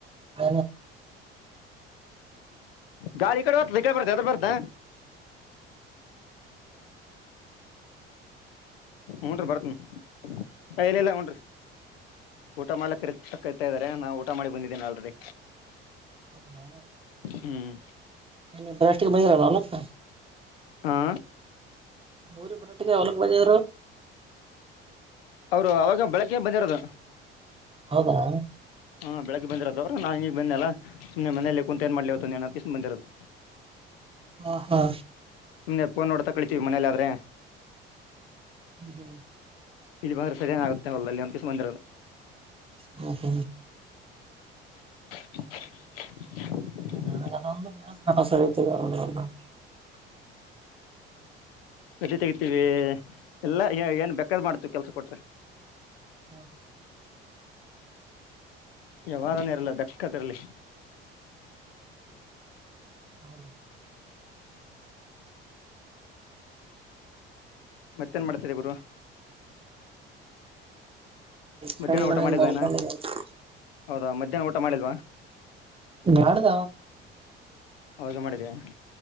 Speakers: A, on the right (about 20°); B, on the left (about 85°).
A: ಹ
B: ಗಾಳ ಈ ಕಡೆ ಹೋತದ ಈ ಕಡೆ ಬರ್ತ ಎದುರು ಬರ್ತದ ಊನ್ರಿ ಬರ್ತೀನಿ ಎ ಇಲ್ಲ ಇಲ್ಲ ಊನ್ರಿ ಊಟ ಮಾಡ್ಕ್ ಕ ಕರಿತಾ ಇದಾರೆ ನಾ ಊಟ ಮಾಡಿ ಬಂದಿದ್ದೀನಿ ಆಲ್ರೆಡಿ
A: ಹೌದಾ
B: ಹ್ಮ್
A: ಏ ನೀವು ಫಸ್ಟ್ ಗೆ ಬಂದಿದ್ರಲ್ಲ ಅವತ್ತ
B: ಹಾ
A: ಇವರು ಬರಾಟಿಗೆ ಅವಲಕ್ ಬಂದಿದ್ರು
B: ಅವರು ಅವಾಗ ಬೆಳಿಗ್ಗೆ ಬಂದಿರೋದು
A: ಹೌದಾ
B: ಹಾ ಬೆಳಗ್ ಬಂದರೋದ ಅವರುನಾ ಈಗ ಬಂದೆ ಅಲ್ಲ ಸುಮ್ನೆ ಮನೇಲಿ ಕುಂತು ಏನು ಮಾಡ್ಲಿ ಇವತ್ತೊಂದಿಸ ಅಂತ ಬಂದಿರದು
A: ಹಾ ಹಾ
B: ಸುಮ್ಮನೆ ಫೋನ್ ನೋಡತಾ ಕಳಿತೀವಿ ಮನೇಲಿ ಆದ್ರೆ
A: ಹ್ಮ್ ಹ್ಮ್
B: ಇಲ್ಲಿ ಬಂದ್ರೆ ಸದಿಯನ ಆಗುತ್ತೆ ಹೊಲದಲ್ಲಿ ಅಂತ ಬಂದಿರದು
A: ಹ ಹ
B: <unintelligible>
A: <unintelligible>
B: ಸದಿ ತೆಗೀತಿವಿ ಎಲ್ಲಾ ಏನ್ ಬೆೇಕಾದ ಮಾಡ್ತವಿ ಕೆಲ್ಸ ಕೊಟ್ರೆ
A: ಹ್ಮ
B: ವ್ಯವಹಾರಾನೇ ಇರಲ್ಲ ಕ್ಕದರಲ್ಲಿ
A: ಹೌದ <unintelligible>
B: ಮತ್ತೇನ್ ಮಾಡ್ತರಿ ಗುರು ಮಧ್ಯಾಹ್ನ
A: ಫ್ರೆಂಡ್ ಮನೇಲಿ
B: ಊಟ ಮಾಡಿಲ್ವಾ
A: ಮಲ್ಕೊಂಡಿದ್ದೆ
B: ಏನ ಹೌದಾ ಮಧ್ಯಾಹ್ನ ಊಟ ಮಾಡಿಲ್ವಾ
A: ನಾಡ್ದ
B: ಆವಾಗ ಮಾಡಿದಿಯಾ